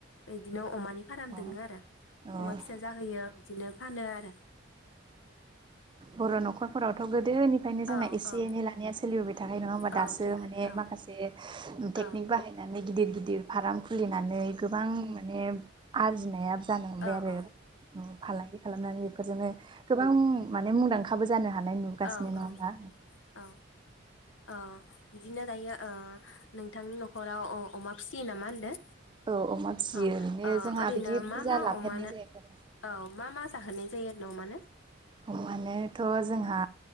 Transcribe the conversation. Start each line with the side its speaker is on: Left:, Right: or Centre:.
Left: बिदिनो अमानि फाराम
Right: औ अ
Left: दङो आरो
Right: अ
Left: अमा फिसा जाहोयो बिदिनो फानो आरो
Right: बर नखरफोरावथ गोद गोदोनिफ्रायनो
Left: औ
Right: जोंना एसे
Left: औ
Right: एनै लानाया सोलिबोबाय थाख नङा होमबा
Left: औ
Right: दासो
Left: दोनखाय
Right: माने
Left: औ
Right: माखासे
Left: औ
Right: टेकनिक बाहायनानै गिदिर गिदिर फार्म खुलिनानै गोबां माने आरजिनाया जानो हबाय
Left: औ
Right: आरो
Left: औ
Right: उम फालांगि खालामनानै बेफोरजोंनो गोबां माने मुंदांखाबो जानो हानाय नुगासिनो
Left: औ
Right: नङा
Left: औ
Right: होमबा
Left: औ औ बिदिनो दायो ओ नोंथांनि नखराव अ अमा फिसियो नामा होनदों?
Right: औ अमा फिसियो
Left: औ
Right: ओरैनो
Left: ओ
Right: जोंहा
Left: ओरैनो
Right: बिदि बुरजा
Left: मा मा
Right: लाफेरनाय
Left: अमानो
Right: जायाखै आरो
Left: औ मा मा जाहोनाय <unintelligible> मानो
Right: अमानो थ जोंहा